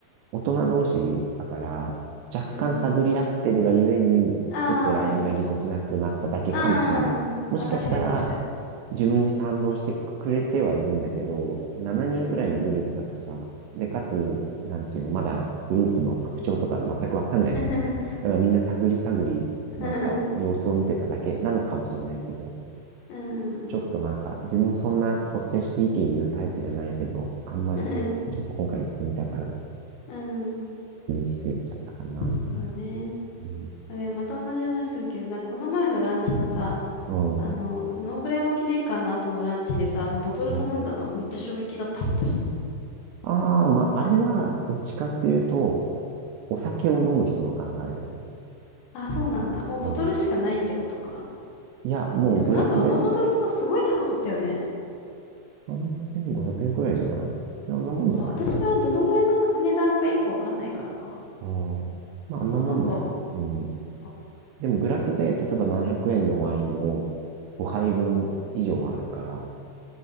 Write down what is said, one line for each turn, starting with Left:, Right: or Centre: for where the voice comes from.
Right: 大人同士だから、若干探り合ってるがゆえに、
Left: うん。あ
Right: ちょっと LINE がぎこちなくなっただけかもしんない。
Left: あ、ああ、
Right: もしかしたら、
Left: まあ確かに確かに。
Right: 自分に賛同してくれてはいるんだけど、7人くらいのグループだとさ、
Left: うん、
Right: で、かつ、なんていうの、まだグループの特徴とか全くわかんないじゃん。
Left: うん。<laughs>
Right: だからみんな探り探り、なんか様子を見てただけなのかもしれないけど、
Left: うん、うん。<laughs> うん、
Right: ちょっとなんか、自分そんな率先して意見言うタイプじゃないけど、あんまり、
Left: うん、うん。
Right: ちょっと今回行ってみたから、
Left: <laughs> うん、うん。
Right: 気にしすぎちゃったかなって。
Left: <laughs> そうね。
Right: う
Left: あでもまた同じ話するけど、なんかこの前のランチのさ、
Right: ん。
Left: あの、その大倉山記念館の後のランチでさ、あのボトル頼んだのはめっちゃ衝撃だったもん、
Right: うん。
Left: 私。
Right: ああー、まあ、あれは、どっちかっていうと、お酒を飲む人の考えだよね。
Left: <laughs> あ、そうなんだ。もうボトルしかないってことか。
Right: うん。いや、もうグラスで
Left: でもなんかあのボトルさ、すごい高かったよね。
Right: 3500円くえんくらいじゃないあんなもんじゃない
Left: あ、私がどのぐらいの値段かよくわかんないからか。
Right: うん。まあ、あんなもんだよ。
Left: そう、なんか、
Right: うん。
Left: そっ
Right: でも、グラスで、例えば700円のワインを5杯分以上はあるから、